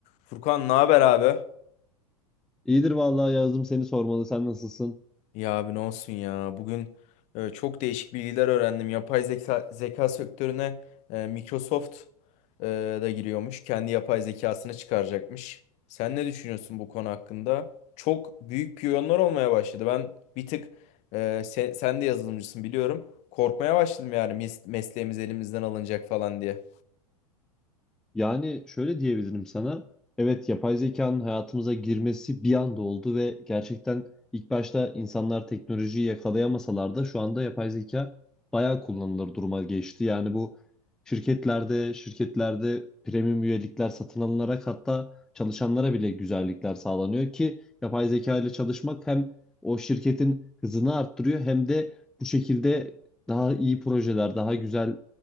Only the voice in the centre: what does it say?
İyidir vallahi yazdım seni sormalı. Sen nasılsın?
Yani şöyle diyebilirim sana. Evet yapay zekanın hayatımıza girmesi bir anda oldu ve gerçekten ilk başta insanlar teknolojiyi yakalayamasalar da şu anda yapay zeka bayağı kullanılır duruma geçti. Yani bu şirketlerde, şirketlerde premium üyelikler satın alınarak hatta çalışanlara bile güzellikler sağlanıyor ki yapay zeka ile çalışmak hem o şirketin hızını arttırıyor hem de bu şekilde daha iyi projeler, daha güzel